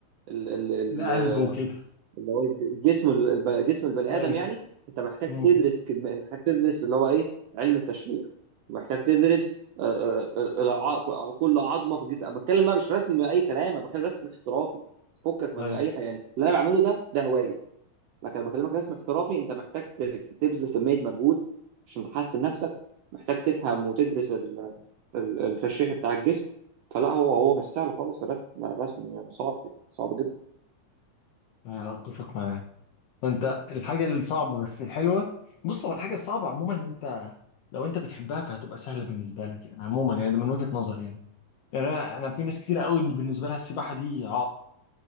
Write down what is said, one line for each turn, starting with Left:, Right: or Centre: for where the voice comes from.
Right: ال- ال-
Left: القلب وكده
Right: اللي هو الج- جسم ال- الب- جسم البني
Left: ايوه
Right: ادم يعني انت محتاج
Left: امم
Right: تدرس كم... محتاج تدرس اللي هو ايه علم التشريح محتاج تدرس آه، آه، آه، الع- كل عظمه في الجسم أنا بتكلم بقى مش رسم اي كلام انا بتكلم رسم احترافي فكك من
Left: ايوه
Right: اي حاجه يعني اللي انا بعمله ده ده هوايه لكن انا بكلمك رسم احترافي انت محتاج ت- تبذل كميه مجهود عشان تحسن نفسك محتاج تفهم وتدرس ال- ال- التشريح بتاع الجسم فلا هو هو مش سهل خالص الرسم لا الرسم صعب صعب جدا
Left: أيوة، اتفق معاك فانت الحاجه الصعبه بس الحلوه بص هو الحاجه الصعبه عموما ان انت لو انت بتحبها فهتبقى سهله بالنسبه لك يعني عموما يعني ده من وجهه نظري يعني يعني انا انا في ناس كتير قوي ان بالنسبه لها السباحه دي عائق